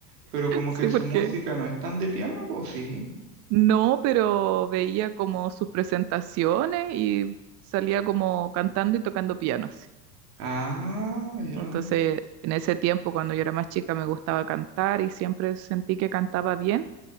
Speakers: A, on the right; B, on the right.
A: Pero como
B: Sí,
A: que su
B: porque
A: música no es tan de piano, pues sí.
B: no, pero veía como sus presentaciones y salía como cantando y tocando piano. sí.
A: Ah, ya.
B: Entonces, en ese tiempo, cuando yo era más chica, me gustaba cantar y siempre sentí que cantaba bien.